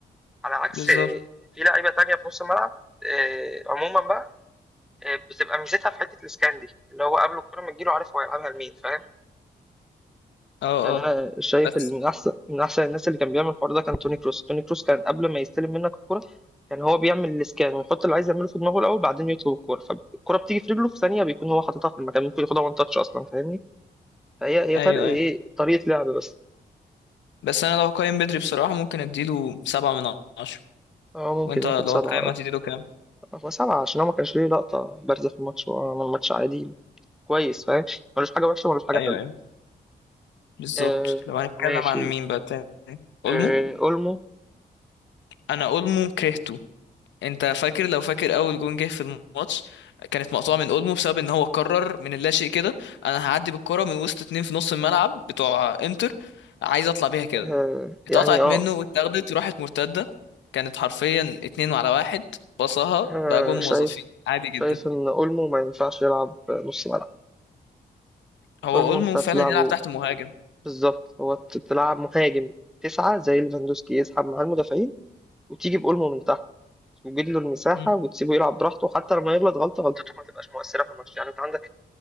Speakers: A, in the centre; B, on the left.
A: على عكس
B: بالظبط
A: آه، في لعيبه تانية في نص الملعب آه، عموما بقى آه، بتبقى ميزتها في حته الاسكان دي اللي هو قبل الكره ما تجيله عارف هو هيلعبها لمين فاهم
B: اه
A: يعني انا
B: اه
A: شايف
B: بس
A: ان من احسن من احسن الناس اللي كان بيعمل الحوار ده كان توني كروس توني كروس كان قبل ما يستلم منك الكرة كان هو بيعمل الاسكان ويحط اللي عايز يعمله في دماغه الاول بعدين يطلب الكرة فالكرة بتيجي في رجله في ثانية بيكون هو حاططها في المكان ممكن ياخدها وان تاتش اصلا فاهمني فهي هي
B: ايوه
A: فرق ايه
B: ايوه
A: طريقة لعب بس
B: بس انا لو هقيم بدري بصراحه ممكن اديله سبعة من عشرة
A: هو ممكن
B: وانت
A: ياخد
B: لو
A: سبعة
B: هتقيمه
A: آه.
B: هتديله كام
A: هو سبعة عشان هو ما كانش ليه لقطة بارزة في الماتش هو عمل ماتش عادي كويس فاهم ملوش حاجة وحشة ملوش حاجة
B: ايوه
A: حلوة
B: أيوه. بالظبط
A: آه
B: لو هنتكلم
A: ماشي
B: عن مين بقى تاني اولمو
A: آه اولمو
B: انا اولمو كرهته انت فاكر لو فاكر اول جون جه في الماتش كانت مقطوعه من اولمو بسبب ان هو قرر من اللاشيء كده انا هعدي بالكره من وسط اتنين في نص الملعب بتوع انتر عايز اطلع بيها كده
A: آه
B: اتقطعت
A: يعني اه
B: منه واتاخدت وراحت مرتده كانت حرفيا اتنين على واحد بصها
A: آه،
B: بقى جون
A: شايف
B: موظفين عادي جدا
A: شايف ان اولمو ما ينفعش يلعب نص ملعب
B: هو
A: اولمو
B: اولمو
A: انت تلعبه
B: فعلا يلعب تحت مهاجم
A: بالظبط هو ت- تلعب مهاجم تسعة زي ليفاندوسكي يسحب مع المدافعين وتيجي بأولمو من تحت وتجيب له المساحة
B: مم.
A: وتسيبه يلعب براحته حتى لما يغلط غلطة غلطته ما تبقاش مؤثرة في الماتش يعني انت عندك